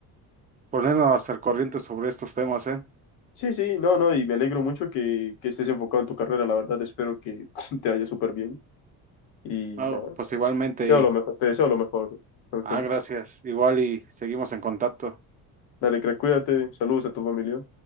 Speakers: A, on the right; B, on the left.
A: ponernos al corriente sobre estos temas, ¿eh?
B: Sí, sí, no, no, y me alegro mucho que, que estés enfocado en tu carrera, la verdad, espero que <laughs> te vaya súper bien y
A: No,
B: nada,
A: pues igualmente.
B: te deseo lo mejor,
A: Y
B: te deseo lo mejor, Ángel.
A: Ah, gracias. Igual y seguimos en contacto.
B: Dale, crack, cuídate, saludos a tu familia.